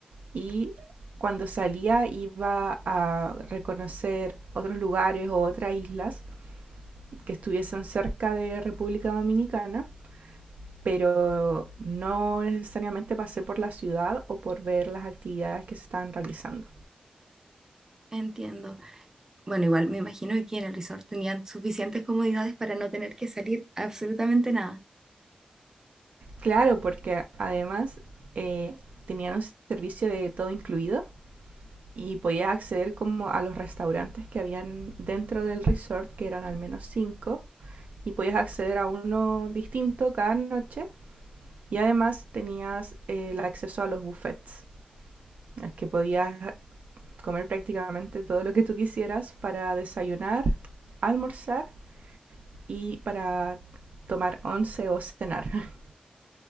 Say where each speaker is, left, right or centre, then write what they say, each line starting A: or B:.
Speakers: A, on the right (about 70°); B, on the right (about 20°).
A: y cuando salía iba a reconocer otros lugares o otras islas que estuviesen cerca de República Dominicana, pero no necesariamente pasé por la ciudad o por ver las actividades que se estaban realizando.
B: Entiendo. Bueno, igual me imagino que en el resort tenían suficientes comodidades para no tener que salir absolutamente nada.
A: Claro, porque además eh, tenían un servicio de todo incluido y podías acceder como a los restaurantes que habían dentro del resort, que eran al menos cinco, y podías acceder a uno distinto cada noche Y además tenías eh, el acceso a los buffets, que podías comer prácticamente todo lo que tú quisieras para desayunar, almorzar y para tomar once o cenar. <laughs>